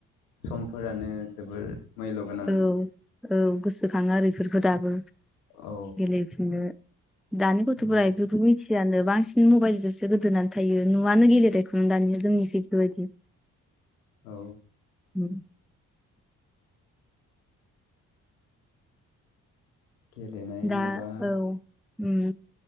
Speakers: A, on the left; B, in the centre.
A: समफोरानो जोबोर मैल' गोनांमोन
B: औ औ गोसोखाङो आरो इफोरखौ दाबो
A: औ
B: गेलेफिननो दानि गथ'फोरा
A: औ
B: बेफोरखौ मिथियानो। बांसिन मबाइलजोंसो गोदोनानै थायो नुयानो गेलेनायखौनो दानिया जोंनि इफोरबायदि।
A: औ।
B: उम।
A: गेलेनाय
B: दा
A: होनोबा
B: औ उम।